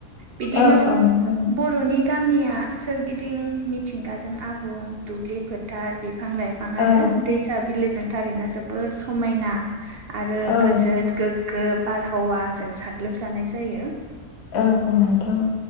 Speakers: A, on the right (about 55°); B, on the left (about 65°).
A: बिदिनो
B: औ औ नोंथां
A: बर'नि गामिया सोरगिदिं मिथिंगाजों आबुं दुब्लि फोथार बिफां लाइफां आरो
B: औ
A: दैसा बिलोजों थारैनो जोबोद समायना। आरो
B: औ
A: गोजोन गोग्गो बारहावाजों साग्लोबजानाय जायो।
B: औ-औ नोंथां।